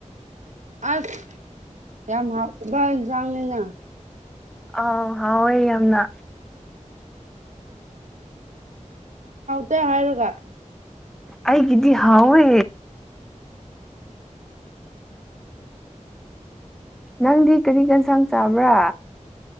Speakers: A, on the right (about 70°); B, in the centre.
A: ꯑꯁ ꯌꯥꯝ ꯍꯥꯎꯈ꯭ꯔꯕ ꯢꯟꯖꯥꯡꯅꯤꯅꯦ
B: ꯑꯥꯎ ꯍꯥꯎꯌꯦ ꯌꯥꯝꯅ
A: ꯇꯦ ꯍꯥꯏꯔꯒ
B: ꯑꯩꯒꯤꯗꯤ ꯍꯥꯎꯋꯦ ꯅꯪꯗꯤ ꯀꯔꯤ ꯍꯦꯟꯁꯥꯡ ꯆꯥꯕ꯭ꯔ